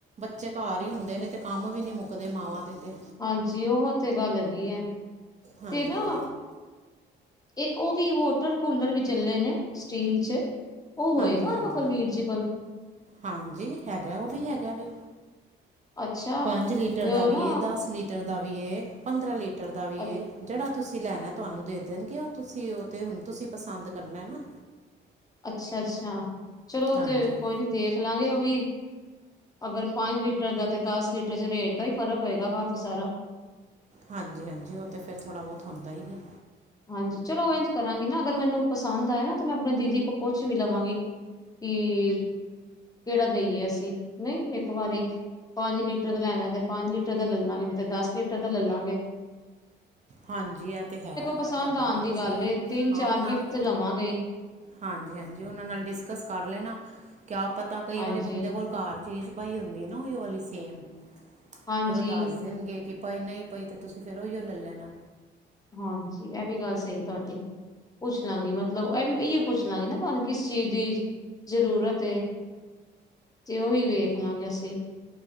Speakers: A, on the right (about 35°); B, on the left (about 20°).
A: ਵਿਚਕਾਰ ਹੀ ਹੁੰਦੇ ਨੇ ਤੇ ਕੰਮ ਵੀ ਨੀ ਮੁੱਕਦੇ ਮਾਵਾਂ ਦੇ ਤੇ
B: ਹਾਂਜੀ ਉਹ ਤੇੇ ਗੱਲ ਹੈਗੀ ਹੈ
A: ਹਾਂਜੀ
B: ਤੇ ਨਾ ਇੱਕ ਉਹ ਵੀ ਵੋਟਰ ਕੂਲਰ ਵੀ ਚੱਲੇ ਨੇ ਸਟੀਲ ਚ ਉਹ ਹੋਏਗਾ
A: ਹਾਂਜੀ ਹਾਂਜੀ
B: ਨਾ ਕੁਲਵੀਰ ਜੀ ਕੋਲ
A: ਹਾਂਜੀ ਹੈਗਾ ਉਹ ਵੀ ਹੈਗਾ ਵ
B: ਅੱਛਾ
A: ਪੰਜ ਲੀਟਰ
B: ਤੇ ਉਹ
A: ਦਾ ਵੀ
B: ਨਾ
A: ਏ ਦਸ ਲੀਟਰ ਦਾ ਵੀ ਪੰਦਰਾਂ ਲੀਟਰ ਦਾ ਵੀ
B: ਅ
A: ਏ ਜਿਹੜਾ ਤੁਸੀਂ ਤੁਸੀਂ ਲੈਣਾ ਤੁਹਾਨੂੰ ਦੇ ਦੇਣਗੇ ਉਹ ਤੁਸੀਂ ਉਹ ਤੇ ਹੁਣ ਤੁਸੀਂ ਪਸੰਦ ਕਰਨਾ ਨਾ
B: ਅੱਛਾ ਅੱਛਾ ਚਲੋ
A: ਹਾਂਜੀ
B: ਤੇ ਕੋਈ ਨੀ ਦੇਖ ਲਾਂਗੇ ਉਹ ਵੀ ਅਗਰ ਪੰਜ ਲੀਟਰ ਦਾ ਅਤੇ ਦਸ ਲੀਟਰ ' ਰੇਟ ਦਾ ਹੀ ਫ਼ਰਕ ਹੋਏਗਾ ਕਾਫ਼ੀ ਸਾਰਾ
A: ਹਾਂਜੀ ਹਾਂਜੀ ਉਹ ਤੇ ਫੇਿਰ ਥੋੜ੍ਹਾ ਬਹੁਤ ਹੁੰਦਾ ਹੀ ਹੈ
B: ਹਾਂਜੀ ਚਲੋ ਇੰਝ ਕਰਾਂਗੀ ਨਾ ਅਗਰ ਮੈਨੂੰ ਪਸੰਦ ਆਏ ਨਾ ਤਾਂ ਮੈਂ ਆਪਣੇ ਦੀਦੀ ਕੋਲ ਪੁੱਛ ਵੀ ਲਵਾਂਗੀ ਕਿ ਕਿਹੜਾ ਦੇਈਏ ਅਸੀਂ ਨਹੀਂ ਇੱਕ ਵਾਰੀ ਪੰਜ ਲੀਟਰ ਦਾ ਲੈਣਾ ਤੇ ਪੰਜ ਲੀਟਰ ਦਾ ਲੈ ਲਾਂਗੇ ਨਹੀਂ ਤੇ ਦਸ ਲੀਟਰ ਦਾ ਲੈਲਾਂਗੇ
A: ਹਾਂਜੀ ਇਹ ਤੇ ਹੈ
B: ਪਸੰਦ
A: ਇਹ ਤੁਹਾਡੀ
B: ਆਉਣ
A: ਮਰਜ਼ੀ
B: ਦੀ ਗੱਲ
A: ਹੈ
B: ਏ ਤਿੰਨ ਚਾਰ
A: ਹਾਂ ਉਹਨਾਂ
B: ਗਿਫਟ ਲਵਾਂਗੇਈ
A: ਹਾਂਜੀ ਹਾਂਜੀ ਉਹਨਾਂ ਨਾਲ ਡਿਸਕਸ ਕਰ ਲੈਣਾ ਕਿਆ ਪਤਾ ਕਈ
B: ਹਾਂਜੀ
A: ਵਾਰੀ ਬੰਦੇ ਕੋਲ ਘਰ ਚੀਜ਼ ਭਾਈ ਹੁੰਦੀ ਆ ਨਾ ਉਹ ਵਾਲਲੀ ਸੇਮ
B: ਹਾਂਜੀ
A: ਫੇਰ ਉਹ ਦੱਸ ਦੇਣਗੇ ਕਿ ਪਏ ਨਹੀਂ ਪਈ ਅਤੇ ਤੁਸੀਂ ਫਿਰ ਉਹੀਓ ਲੈ ਲੈਣਾ
B: ਹਾਂਜੀ। ਇਹ ਵੀ ਗੱਲ ਸਹੀਏ ਤੁਹਾਡੀ। ਪੁੱਛ ਲਾਂਗੇ ਮਤਲਬ ਇਹ ਵੀ ਇਓ ਪੁੱਛ ਲਾਂਗੇ ਨਾ ਤੁਹਾਨੂੰ ਕਿਸ ਚੀਜ਼ ਦੀ ਜ਼ਰੂਰਤ ਏ। ਤੇ ਉਹੀ ਵੇਖ ਲਾਂਗੇ ਅਸੀਂ।